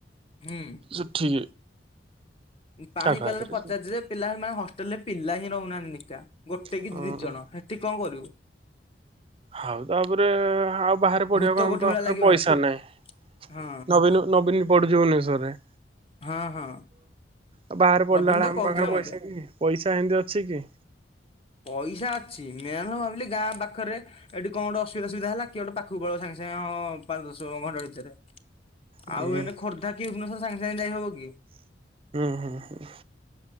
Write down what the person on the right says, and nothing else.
ସେଠି
ତାଙ୍କ
ହାତରେ
ହଁ।
ଆଉ ତାପରେ ଆଉ ବାହାରେ ପଢିବାକୁ
ଆମ
ପାଖରେ
ପଇସା
ନାହିଁ।
ନବୀନ ନବୀନି ପଢୁଚି ଭୁବନେଶ୍ୱରରେ।
ଆଉ ବାହାରେ ପଡିଲା
ବେଳେ
ଆମ
ପାଖରେ ପଇସା
କି ପଇସା ଏମିତି ଅଛି କି?
ହୁଁ
ହୁଁ ହୁଁ।